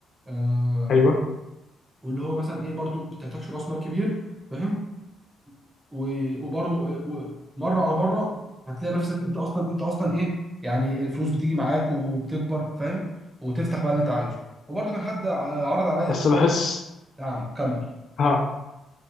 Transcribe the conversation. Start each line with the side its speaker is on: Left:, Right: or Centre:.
Right: آه
Left: ايوه
Right: واللي هو مثلا ايه برضو ما بتحتاجش راس مال كبير فاهم و- وبرضه و- مره على مره هتلاقي نفسك انت اصلا انت اصلا ايه يعني الفلوس بتيجي معاك وبتكبر فاهم وتفتح بقى اللي انت عايزه وبرضه كان حد ع- عرض عليا
Left: بس
Right: حوار
Left: بحس
Right: ال- نعم كمل
Left: ها